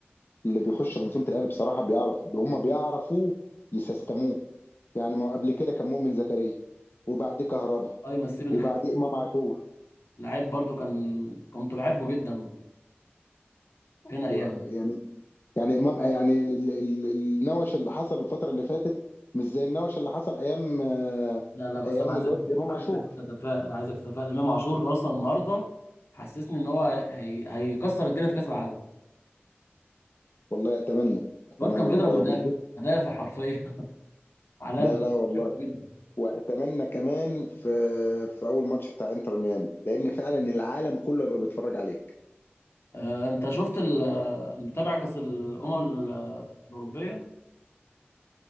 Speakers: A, on the left; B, on the left.
A: اللي بيخش منظومه الاهلي بصراحه بيعرف هم بيعرفوا يسستموه يعني ما هو قبل كده كان مؤمن زكريا وبعد كهربا
B: الله يمسيه بالخير
A: وبعد امام عاشور
B: لعيب برضه كان كنت بحبه جدا فين ايامه
A: و- يعني يعني امام يعني ال- ال- النوش اللي حصل الفتره اللي فاتت مش زي النوش اللي حصل ايام آه،
B: لا لا بس
A: ايام
B: انا عايزك
A: الواد امام
B: عايزك
A: عاشور
B: تتفائل عايزك تتفائل امام عاشور اصلا النهارده حسسني ان هو هي... هيكسر الدنيا في كاس العالم
A: والله اتمنى اتمنى
B: الواد كان بيضرب
A: والله
B: مدافع
A: وبالذات
B: مدافع حرفيا <laughs> عالمي
A: لا لا والله
B: بحبه جدا
A: واتمنى كمان في في اول ماتش بتاع انتر ميامي لان فعلا العالم كله يبقى بيتفرج عليك
B: آه، انت شفت ال- آه، متابع كاس الامم ال- آه، الاوروبيه